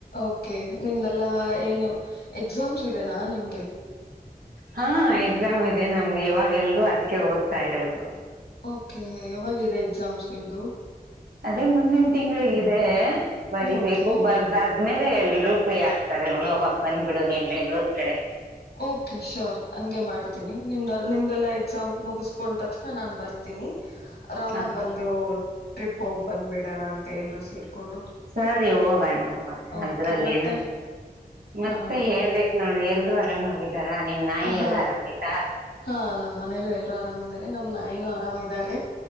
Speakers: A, on the left; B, on the right.
A: ಓಕೆ ನಿಮ್ಗೆಲ್ಲ ಏನು ಎಕ್ಸಾಮ್ಸ್ ಇದೆನಾ ನಿಮ್
B: ಹಾ ಎಕ್ಸಾಮ್ ಇದೆ ನಮ್ಗೆ ಇವಾಗ ಎಲ್ರರು ಅದಕ್ಕೆ ಓದ್ತಾ ಇರೋದು
A: ಓಕೆ ಯಾವಾಗಾಗಿದೆ ಎಕ್ಸಾಮ್ಸ್ ನಿಮ್ದು
B: ಅದೇ ಮುಂದಿನ ತಿಂಗಗಳಿಗಿದೆ ಬರಿಬೇಕು
A: ಓಕೆ
B: ಬರ್ದಾಗ ಆದ್ಮೇಲೆ ಎಲ್ರೂ ಪ್ರಿಯ ಆಗ್ತಾರೆ ನೋಡು ಅವಾಗ ಬಂದ್ಬಿಡು ನೀನ್ ಬೆಂಗ್ಗಳೂರ್ ಕಡೆ
A: ಓಕೆ ಶೋರ್ ಹಂಗೆ ಮಾಡ್ತೀನಿ ನಿಮ್ದ ನಿಮ್ದೆಲ್ಲ ಎಕ್ಸಾಮ್ ಮುಗಿಸ್ಕೊಂಡ ತಕ್ಷಣ ನಾನು ಬರ್ತೀನಿ ತನಿ ಆರಾಮಾಗ
B: ಹಾ
A: ಒಂದು ಟ್ರಿಪ್ ಹೋಗಿ ಬಂದ್ಬ ಬಿಡಣ ಅಂತ ಎಲ್ರು ಸೇರ್ಕೊಂಡು
B: ಸರಿ ಹೋಗೋಣ ಹೋಗೋಣ
A: ಓಕೆ
B: ಅದ್ರಲ್ಲೇನ
A: ಮತ್ತೆ
B: ಮತ್ತೆ
A: ಹಾ
B: ಹೇಳ್ಬೇಕು ನೋಡು ಎಲ್ರು ಆರಾಮಾಗಿದಾರ ನಿಮ್ ನಾಯಿ
A: ಹಾ
B: ಎಲ್ಲಾ ಆರಾಮಯ್ತಾ
A: ಹಾ ನಮ್ಮ್ ಮನೇಲ ಎಲ್ರು ಆರಾಮಿದಾರೆ ನಮ್ ನಾಯಿನ ಆರಾಮಿದ್ದಾರೆ